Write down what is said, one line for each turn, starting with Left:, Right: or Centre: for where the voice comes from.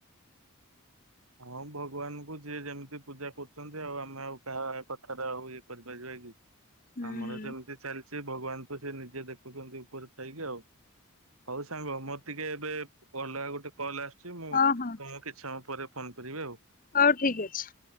Right: ହଁ ଭଗବାନଙ୍କୁ ଯିଏ ଯେମିତି ପୂଜା କରୁଛନ୍ତି ଆଉ ଆମେ ଆଉ କାହା କଥାର ଆଉ ଇଏ କରିପାରିବା କି?
Left: ହୁଁ
Right: ଆମର
Left: ହୁଁ।
Right: ଯେମିତି ଚାଲିଛି ଭଗବାନ ସେ ନିଜେ ଦେଖୁଛନ୍ତି ଉପରେ ଥାଇକି ଆଉ, ହଉ ସାଙ୍ଗ ମୋର ଟିକେ ଏବେ ଅଲଗା ଗୋଟେ କଲ ଆସ ସେ ମୁଁ
Left: ହଁ ହଁ
Right: ତମକୁ କିଛି ସମୟ ପରେ ଫୋନ୍ କରିବି ଆଉ।
Left: ହଉ ଠିକ ଅଛି।